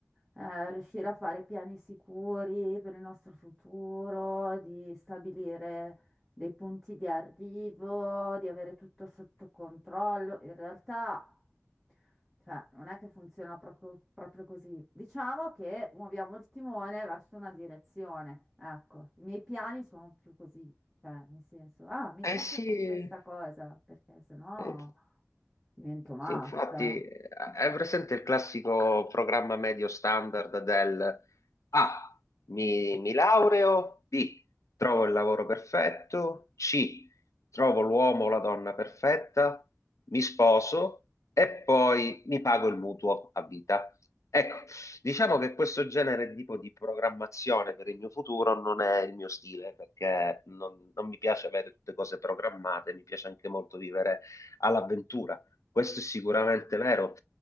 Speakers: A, in the centre; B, on the left.
A: eh, riuscire a fare piani sicuri per il nostro futuro, di stabilire dei punti di arrivo, di avere tutto sotto controllo. In realtà, cioè, non è che funziona proprio, proprio così. Diciamo che muoviamo il timone verso una direzione. Ecco, i miei piani sono più così, cioè, nel senso, ah, mi
B: Eh
A: piace
B: sì,
A: fare questa cosa, perché sennò
B: eh,
A: divento matta.
B: Sì, Infatti, eh, hai presente il classico programma medio standard del A, mi, mi laureo, B, trovo il lavoro perfetto, C, trovo l'uomo o la donna perfetta, mi sposo e poi mi pago il mutuo a vita. Ecco, diciamo che questo genere di tipo di programmazione per il mio futuro non è il mio stile, perché non non mi piace avere tutte cose programmate, mi piace anche molto vivere all'avventura. Questo è sicuramente vero,